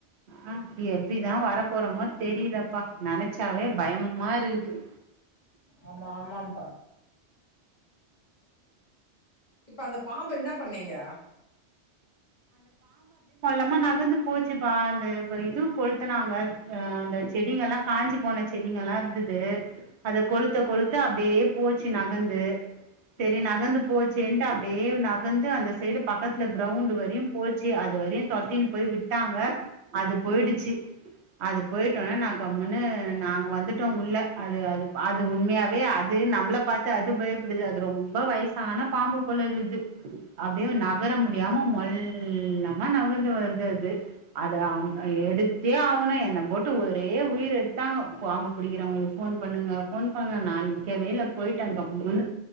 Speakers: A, on the right; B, on the left.
A: ஆஹ் எப்டிதா வரப்போறோமோ தெரியுதப்பா நெனச்சாவே பயமா இருக்குது
B: ஆமா ஆமாம்பா இப்ப அந்த பாம்ப என்ன பண்ணீங்க
A: மா நகர்ந்து போச்சுப்பா அந்த இ இது கொளுத்துனாங்க அஹ் அந்த செடிங்க எல்லா காஞ்சி போன செடிங்கல்லா இருந்து து அத கொளுத்த கொளுத்த அப்படியே போச்சி நகந்து சேரி நகந்து போச்சேன்ட்டு அப்டியே நகந்து அந்த சைடு பக்கத்துல கிரௌண்ட் வரை யு போச்சி அது வரையு தொரத்தின்னு போய் விட்டாங்க அது போயிடுச்சி அது போயிட்டோனா நா கம்முன்னு நாங்க வந்துட்டோ உள்ள அது அது அது உண்மையாவே அது நம்மள பாத்து அது பயப்படுது அது ரொம்ப வயசான பாம்பு போல இருகுது அப்டியே நகர முடியாம மொல் இல்லாம நகந்து வருதுது அது அத எடுத்தே ஆவனு என்ன போட்டு ஒரே உயிர எடுத்தாங்க பாம்பு பிடிக்கிறவங்களுக்கு போன் பண்ணுங்க போன் பண்ணுங்க நா நிக்கவே இல்ல போயிட்ட கம்முனு